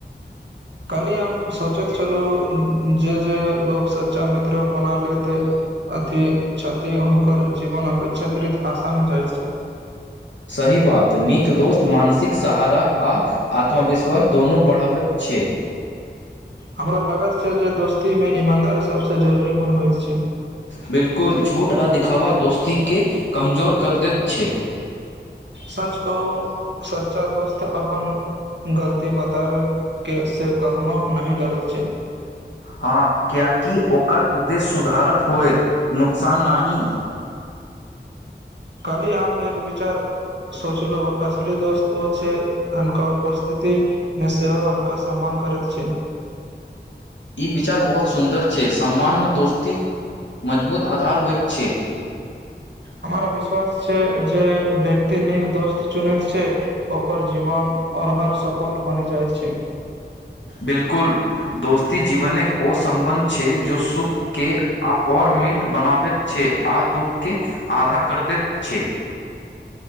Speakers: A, on the right; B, on the left.
A: खाल्हि हम सोचैत छलहुँ जे जे लोक सच्चा मित्र बना लैत अथी छथि हुनकर जीवन अपेक्षाकृत आसान जाइत छै।
B: सही बात नीक दोस्त मानसिक सहारा आ आत्मविश्वास दुनू बढ़ावैत छै।
A: हमरा लागैत छै जे दोस्तीमे ईमानदारी सभसँ जरूरी गुण होइत छै।
B: बिलकुल झूठ आ दिखाावा दोस्ती के कमजोर कर दैत छै।
A: सच कहु सच। स दोस्त अपन। गलती बताबै। के से कखनो नहि डरत। छै
B: हँ क क। ओकर उद्देश सुधारत होयत नुकसान नहि।
A: काल्हि हम एक विचार सोचलहुँ असली दोस्त ओ छै हुनका उपस्थितिमे सेहो हुनका सम्मान करैत छै।
B: ई विचार बहुत सुन्दर छै सामान्य दोस्तीक मजबूत आधार होइत छै।
A: हमरा विश्वास छै जे व्यक्ति नीक दोस्त चुनैत छै ओकर जीवन आओर हर सफल बनि जाइत छै।
B: बिलकुल दोस्ती जीवन एक ओ सं्बन्ध छै जो सुख के आ और मीठ बनाबैत छै आ दुःख के। आधा कर दैत छ।